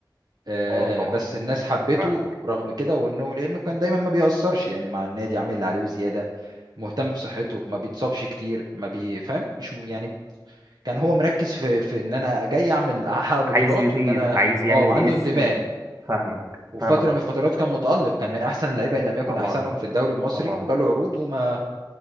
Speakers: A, on the right; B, on the right.
A: آه،
B: اه طبعا
A: بس الناس حبته
B: فاهم
A: رغم كده وانه لانه كان دايما ما بيأثرش يعني مع النادي عامل اللي عليه وزياده مهتم بصحته ما بيتصابش كتير ما بيفهم مش م- يعني كان هو مركز في في ان انا جاي اعمل احقق بطولات
B: عايز يضيف
A: وان انا
B: عايز يعمل
A: اه وعنده
B: اسم
A: انتماء
B: فاهمك
A: وفي
B: فاهمك
A: فتره من الفترات كان متألق كان من احسن اللعيبه ان لم يكن
B: طبعا
A: احسنهم في الدوري المصري
B: طبعا
A: وجاله عروض وما